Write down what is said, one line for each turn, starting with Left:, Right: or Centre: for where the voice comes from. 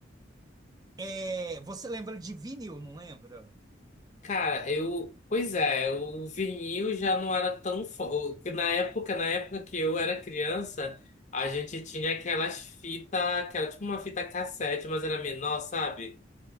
Right: É, você lembra de vinil, não lembra?
Left: <laughs> Cara, eu. Pois é, o vinil já não era tão forte. Na época, na época que eu era criança, a gente tinha aquelas fitas, que era tipo uma fita cassete, mas era menor, sabe?